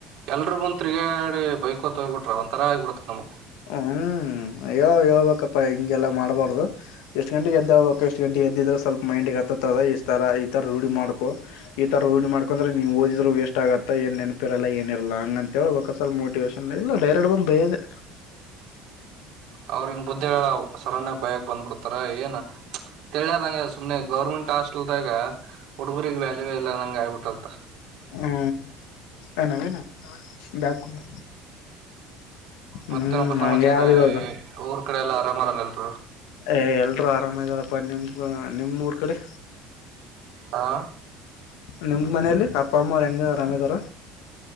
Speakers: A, on the right; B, on the left.
A: ಎರರು ಬಂದ್ ತಿರುಗಾಡಿ ಬೈಕ ಹೊತ್ತ ಹೋಗ್ಬ ಬಿಟ್ರ ಒಂ ತರ ಆಗ್ಬಿಡತೆ ನಮ್ಗ.
B: ಹ್ಮ್ ಯ ಹೋಗಬೇಕಪ್ಪಾ ಹಿಂಗೆಲ್ಲಾ ಮಾಡ್ಬಾರ್ದು ಎಷ್ಟ್ ಗಂಟೆಗೆ ಎಗೆದ್ದೋಗಬೇಕು ಎಷ್ಟ್ ಗಂಟೆಗ. ಎದ್ದಿದ್ರೆ ಸ್ವಲ್ಪ ಮೈಂಡ್ಗೆ ಹತ್ತತ್ದ ಇ ತರ ಈ ತರ ರೂಢಿ ಮಾಡ್ಕು ಈ ತರ ರೂಢಿ ಮಾಡ್ಕೊಂಡಂದ್ರೆ ನೀವು ಓದಿದ್ರರ. ವೇಸ್ಟ್ ಆಗತ್ತ ಏನ್ ನೆನಪಿರಲ್ಲ ಏನ ಇರಲ್ಲ ಹಂಗಂತೇಳ ಬಲ್ ಮೋಟಿವೇೇಶನ್ ಇಲ್ಲ ಡೈರೆಕ್ಟ್ ಬಂದು ಭಯದೆ.
A: ಅವ್ರಿಂಗ್ ಬುದ್ದಿ ಹೇಳ ಸಡನ ಆಗಿ ಭಯಕ್ ಬಂದ್ಬಿಡ್ತಾರ. ಏನ ತಿಳಿಯಲಾರದಂಗ ಸುಮನೆ ಗೌರ್ಮೆಂಟ್ ಆಸ. ಹಾಸ್ಟೆಲದಾಗ ಹುಡುಗುರಿಗೆ ವ್ಯಾಲವೆ ಈಲ್ಲರದಂಗ ಆಗಬಿಟ್ಟದ.
B: ಹ್ಮ ಏ ನವೀನ್ ಬ್ಯಾಗ್ ಕೊಡು. ಹ್ಮ್
A: ಮತ್ತೆ ಏನಪ ಸಮಾಚಾರ
B: ಹಂಗೆ ಆದ ಇವಾಗ
A: ಊರ್ ಕಡೆ ಎಲ್ಲ ಅರಾಮಾರಲ್ಲ ಎಲ್ಲರೂ.
B: ಏ ಎಲ್ರೂ ಆರಾಮ ಇದ್ದಾರಪ್ಪಾ ನಿಮ್ಗ ನಿಮ ಊರ್ ಕಡೆ.
A: ಹಾ.
B: ನಿಮ್ ಮನೇಲಿ ಅಪ್ಪ ಅಮ್ಮ ಅವರಾ ಹೆಂಗ ಅರಾಮದರ.